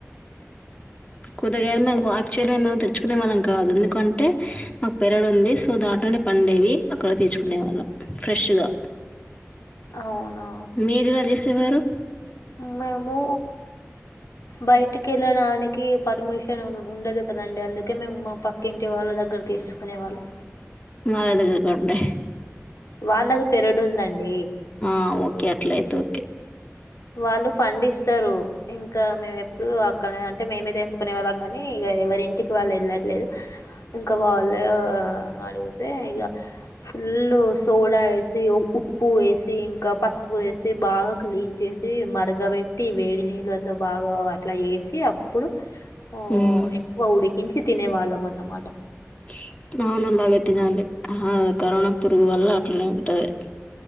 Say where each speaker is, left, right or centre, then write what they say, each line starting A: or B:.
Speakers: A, on the left (about 25°); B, on the left (about 85°).
A: కూరగాయలు ఆ <unintelligible> తెచ్చుకునే వాళ్ళం కాదు ఎందుకంటే మాకు పెరడు ఉంది సో దాంట్లోనే పండేవి అక్కడ తెచ్చుకునే వాళ్ళం ఫ్రెష్ గా
B: అవునా
A: మీరెలా జేసేవారు
B: మేము బయటికి వెళ్ళడాని కి పర్మిషన్ ఉండదు కదండి అందుకే మేము మా పక్కింటి వాళ్ళ దగ్గర తీసుకునే వాళ్ళం
A: మాదగ్గరకి రా ఉండాయ్
B: వాళ్ళకు పెరడుందండీ
A: ఆ ఓ కె అట్లయితే ఓకే
B: వాళ్ళు పండిస్తారు ఇంకా మేము ఎప్పుడు అక్కడ అంటే మేమే తెంపుకునే వాళ్ళం కానీ ఇగ ఎవరింటికి ఇవాళ వెళ్ళట్లేదు ఇంకా వాళ్ళు అడిగుతే ఇక ఫుల్ సోడా వేసి ఉప్పు వేసి ఇంకా పసుపు వేసి బాగా క్లీన్ చేసి మరగబెట్టి వేడి నీళ్ళల్లో బాగా అట్లా చేసి అప్పుడు ఓ
A: హ్మ్.
B: ఎక్కువ ఉడికించి తినే వాళ్ళం అన్నమాట
A: <unintelligible> హా కరోనా పురుగు వల్ల అట్లనే ఉంటది